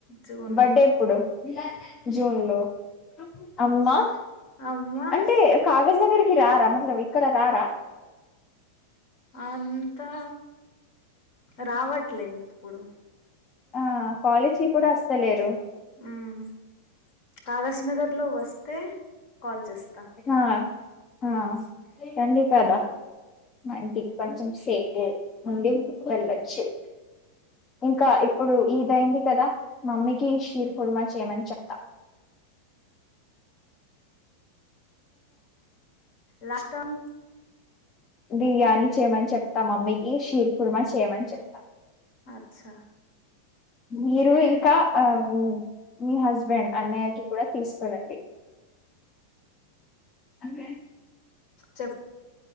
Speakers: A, on the left (about 45°); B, on the left (about 30°).
A: జూన్
B: బర్డే ఎప్పుడు. జూన్ లో అమ్మా
A: అమ్మా
B: అంటే కాగజ్నగర్ కి రారా మళ్ళ వే ఇక్కడ రారా
A: అంతా రావట్లేద్ ఇప్పుడు.
B: ఆ కాలేజ్ కి కూడా అస్ తలేరు
A: మ్మ్ కాగస్ నగర్ లో వస్తే కాల్ చేస్తా
B: ఆ ఆ
A: ఉమ్
B: రండి కదా మా ఇంటికి కొంచం సేపు ఉండి వెల్లచ్చు ఇంకా ఇప్పుడు ఎయిటయింది కదా మమ్మీకి షీర్ కూర్మా చేయమని చెప్తా
A: లాస్ట్ టైం
B: బిర్యాని చేయమని చెప్తా మమ్మీకి షీర్ కూర్మ చేయమని చెప్తా
A: చ్చా
B: మీరు ఇంకా ఆ మీ హస్బెండ్ అన్నయ్యకిి కూడా తీసుకురండి అంతే
A: చెప్